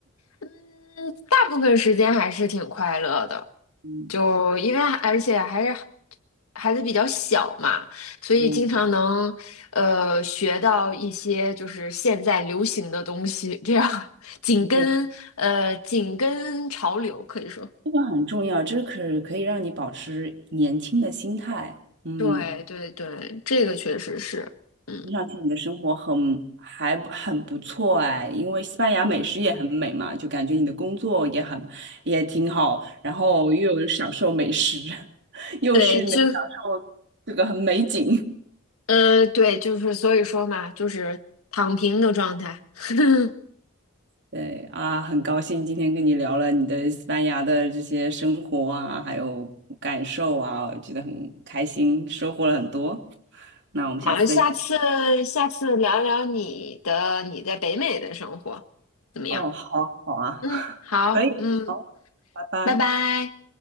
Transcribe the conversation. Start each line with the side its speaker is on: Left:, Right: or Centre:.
Left: 嗯，大部分时间还是挺快乐的，
Right: 嗯
Left: 就因为而且还是孩子比较小嘛，所以经常能呃学到一些就是现在流行的东西，
Right: 嗯，
Left: 这样 <laughs> 紧跟呃紧跟潮流，
Right: 的确是，
Left: 可以说，
Right: 这个很重要，这可可以让你保持年轻的心态。嗯。
Left: 对对对，这个确实是，嗯。
Right: 听上去你的生活很还不很不错哎，因为西班牙美食也很美嘛，就感觉你的工作也很也挺好，然后又有享受美食，<laughs> 又是能享受这个很美景。
Left: 对，就嗯，对，就是所以说嘛，就是躺平的状态。<laughs>
Right: 对啊，很高兴今天跟你聊了你的西班牙的这些生活啊，还有感受啊，我觉得很开心，收获了很多。那我们下次再见。
Left: 好，下次下次聊聊你的你在北美的生活怎么样？
Right: 哦，好啊好啊，
Left: 嗯，好，
Right: 可以，
Left: 嗯，
Right: 拜拜。
Left: 拜拜。